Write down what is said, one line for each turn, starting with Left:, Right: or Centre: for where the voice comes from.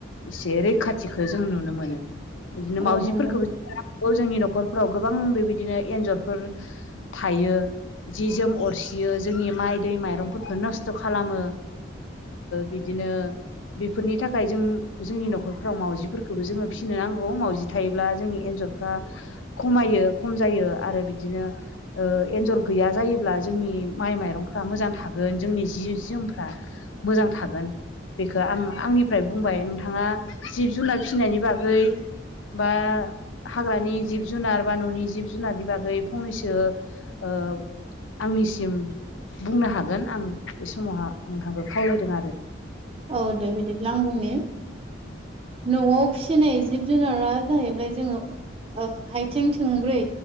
Left: एसे रैखाथिखौो जों नुनो मोनो बिदिनो
Right: औ
Left: मावजिफोरखौबो
Right: नंगौ
Left: जोंनि न'खर न'खरफोराव गोबां बेबायदिनो एन्जरफोर थायो जि जोम अरसियो जोंनि माइ दै माइरंफोरखौो नस्थ' खालामो। बिदिनो बेफोरनि थाखाय जों। जोंनि न'खरफ्राव म मावजिफोरखौबो जोङो फिसिनो नांगौ म मावजि थायोब्ला जोंनि एन्जरफ्रा खमायो। खम जायो आरो बिदिनो एन्जर गैया जायोब्ला जोंनि माइ माइरंफ्रा मोजां थागोन जोंनि जि जोमफ्रा मोजां थागोन बेखौ आं आंनिफ्राय बुंबाय। थाङा जिब जुनार फिसिनायनि बागै बा हाग्रानि जिब जुनार बा न'नि जिब जुनारनि बागै फंनैसो आ आंनिसिम बुंनो हागोन आं बे समावहा नोंथांखौ खावलायदों आरो।
Right: औ दे बिदिब्ला आं बुंनि न'आव फिसिनाय जिब जुनारा जाहैबाय जोङो आथिं थोंब्रै